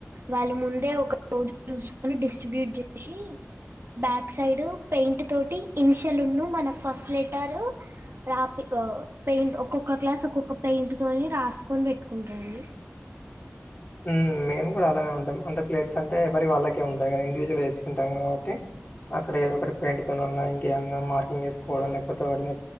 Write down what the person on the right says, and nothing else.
వాళ్ళ ముందే ఒక రోజు చూసుకొని డిస్ట్రిబ్యూట్ చేసి బ్యాక్ సైడ్ పెయింట్ తోటి ఇన్షల్న్న మన ఫస్ట్ లెటర్ రాపి పెయింట్ ఒక్కొక్క గ్లాస్ ఒక్కొక్క పెయింట్ తోని రాసుకొని పెట్టుకుంటాండి